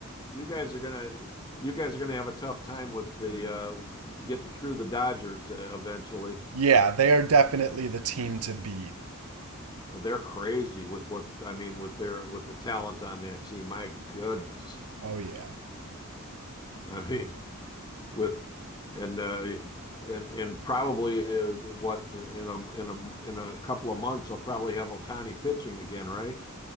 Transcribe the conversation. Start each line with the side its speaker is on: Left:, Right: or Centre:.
Left: you guys are gonna, you guys are gonna have a tough time with the uh, getting through the Dodgers uh, eventually.
Right: Yeah, they are definitely the team to beat.
Left: Uh, They're crazy with what I mean with their with the talent on that team. My goodness,
Right: Oh, yeah.
Left: I mean with and uh, and and probably uh, what in a in a in a couple of months, I'll probably have Otani pitching again, right?